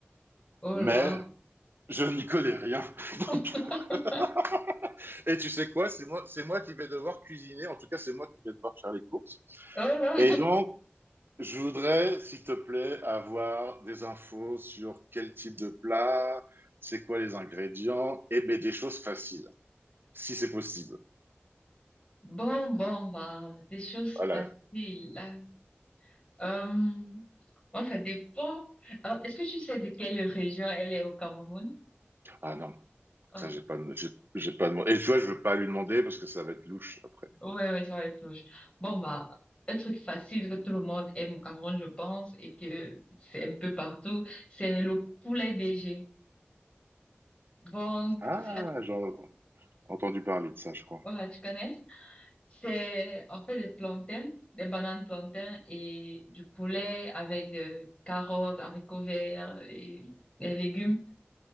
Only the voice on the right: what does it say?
Mais
je n'y connais rien.
Donc, <laughs> Et tu sais quoi? C'est moi, c'est moi qui vais devoir cuisiner. En tout cas, c'est moi qui vais devoir faire les courses.
Et donc, je voudrais, s'il te plaît, avoir des infos sur quel type de plat, c'est quoi les ingrédients, et ben, des choses faciles, si c'est possible.
Voilà.
Ah non,
Ça, j'ai pas, j'ai j'ai pas demandé. Et tu vois, je veux pas lui demander parce que ça va être louche après.
Ah,
j'ai entendu parler de ça, je crois.